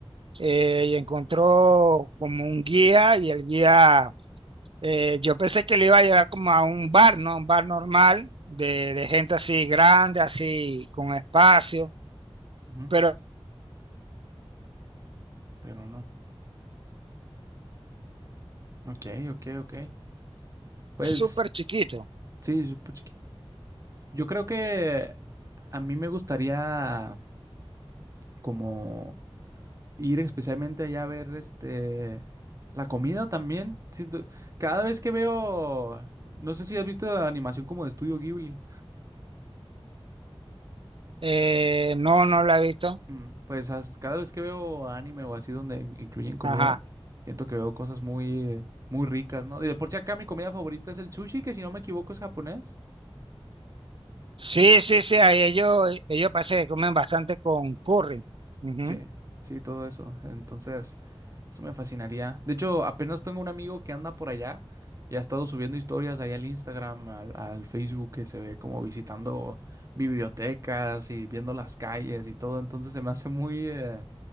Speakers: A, on the right (about 60°); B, on the right (about 35°).
A: eh, y encontró como un guía y el guía, eh, yo pensé que le iba a llevar como a un bar, ¿no? Un bar normal de, de gente así grande, así con espacio,
B: Ujú,
A: pero
B: Pero no. Ok, ok, ok. Pues
A: es súper chiquito.
B: sí, súper chiquito. Yo creo que a mí me gustaría como... ir especialmente allá a ver este la comida también. Siento, cada vez que veo, no sé si has visto la animación como de Estudio Ghibli.
A: Eh, no, no lo he visto.
B: Mm, Pues as- cada vez que veo anime o así donde in- incluyen comida,
A: Ajá.
B: siento que veo cosas muy muy ricas, ¿no? Y de por sí acá mi comida favorita es el sushi, que si no me equivoco es japonés.
A: Sí, sí, sí, ahí ellos, eh, ellos parece que comen bastante con curry. Ujú.
B: Sí, sí, todo eso. Entonces, eso me fascinaría. De hecho, apenas tengo un amigo que anda por allá y ha estado subiendo historias ahí al Instagram, al, al Facebook, que se ve como visitando bibliotecas y viendo las calles y todo. Entonces se me hace muy, eh,